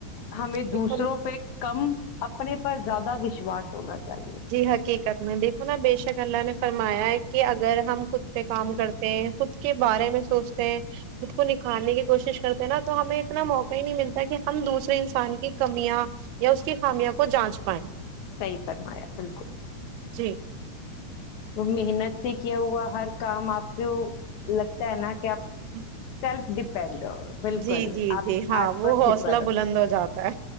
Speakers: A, on the left (about 70°); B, on the right (about 75°).
A: ہمیں
B: ایک
A: دوسروں
B: ہم
A: کم اپنے پر زیادہ وشواس ہونا چاہیے
B: جی حقیقت میں دیکھو نا بے شک اللہ نے فرمایا ہے کہ اگر ہم خود پہ کام کرتے ہیں خود کے بارے میں سوچتے ہیں خود کو نکھارنے کے کوشش کرتے ہیں نا تو ہمیں اتنا موقع ہی نہیں ملتا کہ ہم دوسرے انسان کی کمیاں یا اس کی خامیا کو جانچ پائیں
A: صحیح فرمایا بالکل
B: جی
A: وہ محنت سے کیا ہوا ہر کام آپ کو لگتا ہے نا کہ آپ
B: <inaudible>
A: <inaudible> بالکل
B: جی جی
A: آپ
B: جی ہاں
A: آتم
B: وہ حوصلہ
A: نربر
B: بلند ہو جاتا ہے